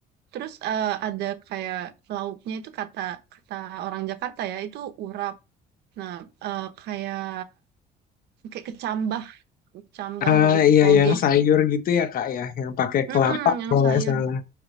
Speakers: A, on the right; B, on the left.
A: Terus eh, ada kayak lauknya itu kata kata orang Jakarta ya itu urap. Nah, eh, kayak kayak kecambah, kecambah
B: Ah,
A: gitu
B: iya
A: toge.
B: yang sayur gitu ya, Kak ya, yang pakai
A: Mm-mm,
B: kelapa
A: yang
B: kalau nggak
A: sayur.
B: salah.